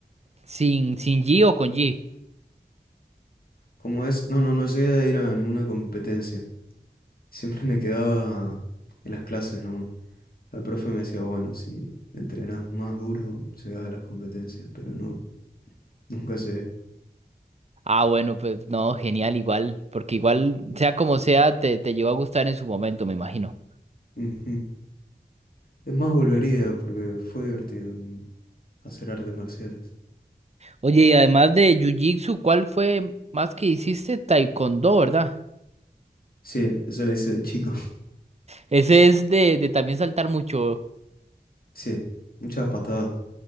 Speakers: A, on the right; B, on the left.
A: sin sin G o con G.
B: Como es, no, no, no llegué a ir a ninguna competencia. <laughs> Siempre me quedaba en las clases nomás. El profe me decía, bueno, si entrenás más duro, llegás a las competencias, pero no, <laughs> nunca llegué.
A: Ah, bueno, pues no, genial igual, porque igual sea como sea te te llegó a gustar en su momento, me imagino.
B: Ujú. Es más, volvería porque fue divertido mm, hacer artes marciales.
A: Oye, y además de Jiu-Jitsu, ¿cuál fue más que hiciste? Taekwondo, ¿verdad?
B: Sí, eso le hice de chico. <laughs>
A: Ese es de, de también saltar mucho.
B: Sí, muchas patadas.